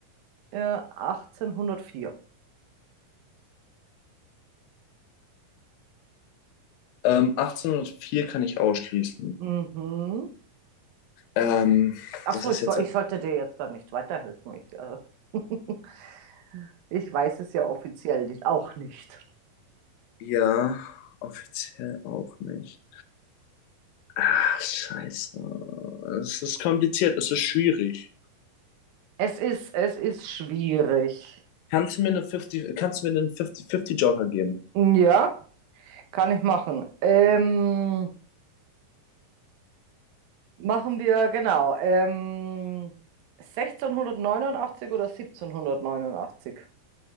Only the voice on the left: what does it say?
Ähm, 1804 kann ich ausschließen.
Ähm,
das
ist
jetzt
ein
Bier. Offiziell auch nicht. Ah, scheiße. Es ist kompliziert, es ist schwierig.
Kannst du mir eine 50, kannst du mir einen 50, 50 Joker geben?